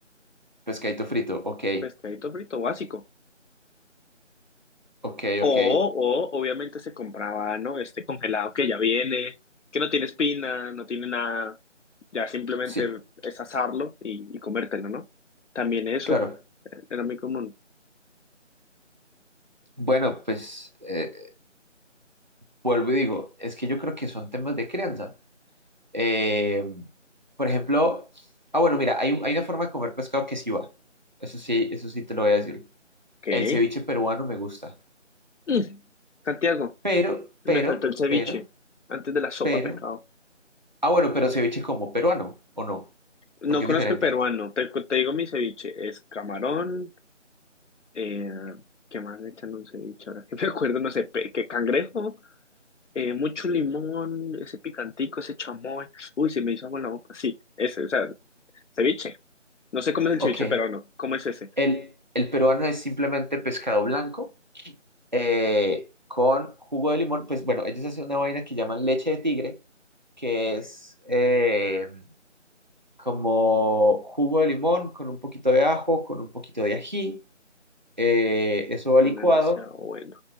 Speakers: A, on the right; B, on the left.
A: Pescadito frito, ok,
B: Pescadito frito básico.
A: ok,
B: O,
A: ok.
B: o obviamente se compraba, ¿no? Este congelado que ya viene, que no tiene espina, no tiene nada. Ya simplemente
A: Sí,
B: es asarlo y, y comértelo, ¿no? También eso
A: claro.
B: eh, era muy común.
A: Bueno, pues eh, vuelvo y digo, es que yo creo que son temas de crianza. Eh, por ejemplo, ah, bueno, mira, hay, un- hay una forma de comer pescado que sí va. Eso sí, eso sí te lo voy a decir.
B: ¿Qué?
A: El ceviche peruano me gusta.
B: Mm. Santiago,
A: Pero, pero,
B: me faltó el ceviche
A: pero,
B: antes de la sopa
A: pero.
B: de pescado.
A: Ah, bueno, pero ceviche como peruano, ¿o no?
B: No
A: Porque
B: conozco
A: es diferente.
B: el peruano, te, te digo mi ceviche, es camarón, eh, ¿qué más le echan a un ceviche? Ahora <laughs> que me acuerdo, no sé, pe- ¿qué cangrejo? eh, mucho limón, ese picantico, ese chamoy. Uy, se me hizo agua en la boca. Sí, ese, o sea, ceviche. No sé cómo es el
A: Ok.
B: ceviche peruano. ¿Cómo es ese?
A: El, el peruano es simplemente pescado blanco eh, con jugo de limón. Pues bueno, ellos hacen una vaina que llaman leche de tigre, que es eh, como jugo de limón con un poquito de ajo, con un poquito de ají. eh, eso va
B: Bueno,
A: licuado
B: demasiado bueno.